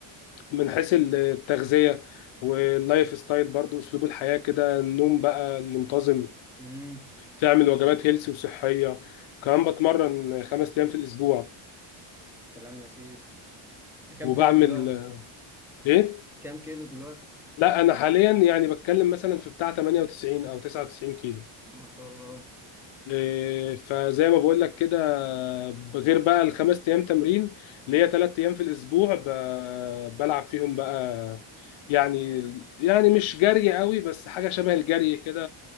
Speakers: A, on the left; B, in the centre.
A: من حيث التغذية واللايف ستايل برضو اسلوب الحياة كده النوم بقى المنتظم
B: امم
A: تعمل وجبات هيلسي وصحية كمان بتمرن خمس ايام في الاسبوع
B: كلام لذيذ انت كام
A: وبعمل
B: كيلو دلوقتي
A: ايه
B: كام كيلو دلوقتي
A: لا انا حاليا يعني بتكلم مثلا في بتاع 98 او 99 كيلو
B: ما شاء الله
A: إيه، فزي ما بقول لك كده غير بقى الخمس ايام تمرين اللي هي ثلاث ايام في الاسبوع ب- بلعب فيهم بقى يعني يعني مش جري قوي بس حاجه شبه الجري كده